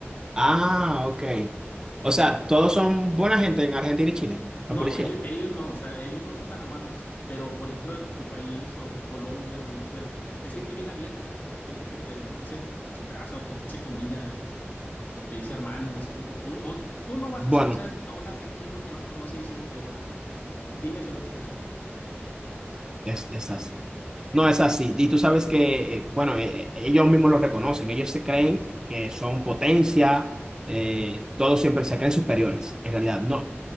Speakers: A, on the right (about 15°); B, on the left (about 40°).
A: Ah, ok.
B: Sí.
A: O sea, todos son buena gente en Argentina y Chile, la
B: No,
A: policía.
B: ellos, ellos no, o sea, ellos no son tan amables, pero por ejemplo, tu país o Colombia o Venezuela, es gente bien abierta, o sea, es gente que te ofrece su casa o te ofrece comida, o te dice hermano, ese tipo. O, o tú no vas
A: Bueno.
B: a escuchar a un argentino que no te conoce diciéndote hermano. Dime si lo has escuchado.
A: Es, es así.
B: Ok.
A: No, es así. Y tú sabes que, eh, bueno, eh, eh, ellos mismos lo reconocen. Ellos se creen que son potencia, eh, todos siempre se creen superiores, en realidad. No.